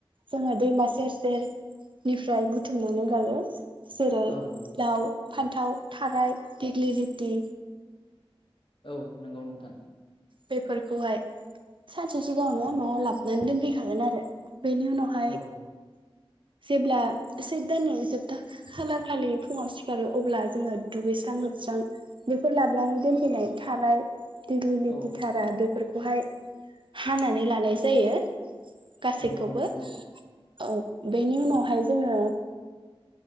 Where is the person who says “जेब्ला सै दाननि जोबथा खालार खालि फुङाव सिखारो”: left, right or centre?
Right